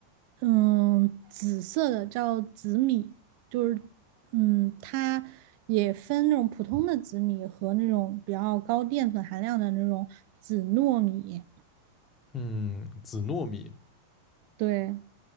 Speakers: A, on the right (about 45°); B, on the left (about 25°).
A: 嗯紫色的叫紫米，就是嗯它也分那种普通的紫米和那种比较高淀粉含量的那种紫糯米，
B: 嗯，紫糯米。
A: 对